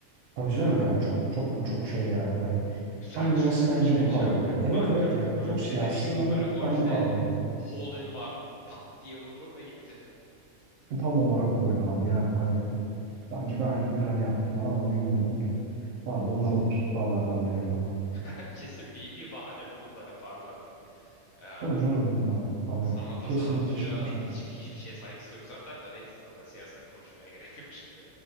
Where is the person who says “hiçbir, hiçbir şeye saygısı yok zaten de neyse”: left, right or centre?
Left